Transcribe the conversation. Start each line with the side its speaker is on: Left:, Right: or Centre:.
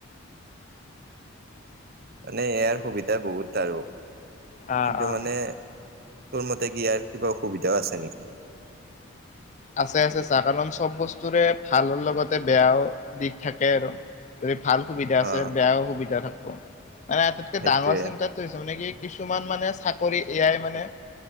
Right: মানে এয়াইৰ সুবিধা বহুত আৰু
Left: অ',
Right: কিন্তু
Left: অ',
Right: মানে তোৰ মতে কি ইয়াৰ কিবা অসুবিধাও আছে নিকি
Left: আছে আছে চা কাৰণ চব বস্তুৰে ভালৰ লগতে বেয়াও দিশ থাকে আৰু যদি ভাল সুবিধা আছে
Right: অ
Left: বেয়াও সুবিধা থাক মানে আটাইতকে
Right: সেইটোৱে।
Left: ডাঙৰ চিন্তাতো হৈছে মানে কি কিছুমান মানে চাকৰি এয়াই মানে